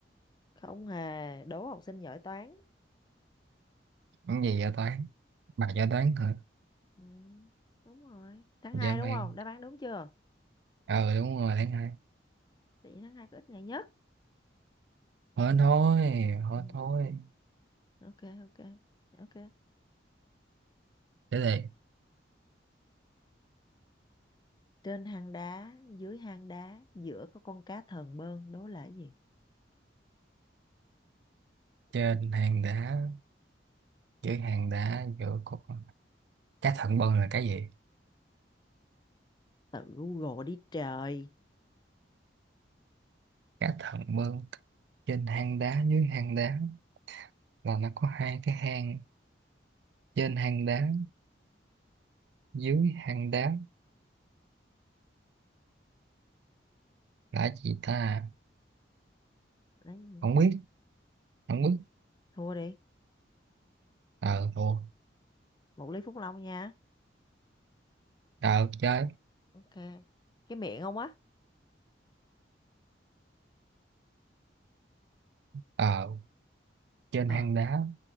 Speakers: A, on the left; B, on the right.
A: không hề, đố học sinh giỏi toán.
B: cái gì vậy toán bà cho toán hả
A: Ừ. Đúng rồi, tháng
B: dã
A: 2
B: man
A: đúng không? Đáp án đúng chưa?
B: ờ đúng rồi tháng hai
A: Tại vì tháng 2 có ít ngày nhất.
B: hớn thôi hớn
A: Ừ.
B: thôi
A: Ok, ok, ok.
B: để đây
A: Trên hang đá, dưới hang đá, giữa có con cá thờn bơn, đố là cái gì?
B: trên hàng đá dưới hàng đá giữa cục cá thận bơn là cái gì
A: tự Google đi trời
B: cả thận mương trên hang đá dưới hang đá là nó có hai cái hang trên hang đá dưới hang đá là gì ta
A: đấy
B: không biết không biết
A: thua đi
B: ờ thua
A: một ly Phúc Long nha
B: ờ chơi
A: ok cái miệng không á
B: ờ trên
A: ờ
B: hang đá